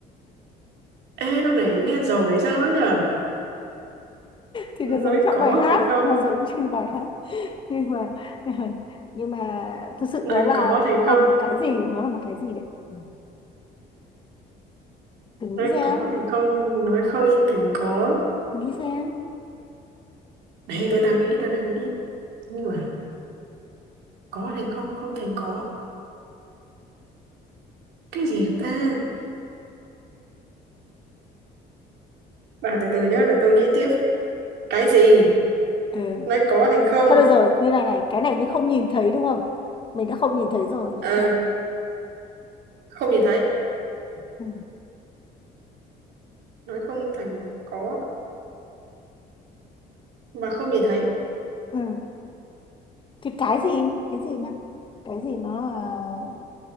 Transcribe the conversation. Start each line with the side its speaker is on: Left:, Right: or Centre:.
Right: Ê, câu này nghe rồi hay sao ấy nhở?
Left: thì
Right: Nói
Left: nó giống trong
Right: có
Left: bài hát
Right: thì không,
Left: nó giống trên bài hát nhưng mà <laughs> nhưng mà thực sự
Right: nói
Left: đó là
Right: có thì
Left: nó
Right: không,
Left: là một cái gì nó là một cái gì đấy Ừ. thử nghĩ
Right: nói
Left: xem
Right: có thì không, nói không thì có.
Left: nghĩ xem
Right: Đấy, tôi đang nghĩ, tôi đang nghĩ. Nhưng mà có thì không, không thành có. cái gì ta bà từ từ nhá để tôi nghĩ tiếp cái gì
Left: ừ.
Right: nói có thành không
Left: thôi được rồi như này này cái này như không nhìn thấy đúng không mình đã không nhìn thấy rồi được
Right: ờ
Left: chưa
Right: không nhìn thấy
Left: ừ.
Right: nói không thành có mà không nhìn thấy
Left: Ừ. thì cái gì cái gì mà cái gì nó là